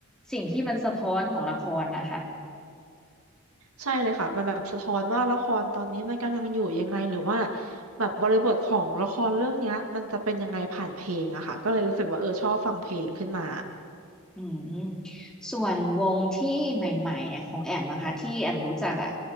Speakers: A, in the centre; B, on the right.
A: สิ่งที่มันสะท้อนของละครนะคะ
B: ใช่เลยค่ะมันแบบสะท้อนว่าละครตอนนี้มันกำลังอยู่ยังไงหรือว่าแบบบริบทของละครเรื่องเนี้ยมันจะเป็นยังไงผ่านเพลงอะค่ะก็เลยรู้สึกว่าเออชอบฟังเพลงขึ้นมา
A: อืมส่วนวงที่ใหม่ๆอะของแอมนะคะที่แอมรู้จักอ่ะ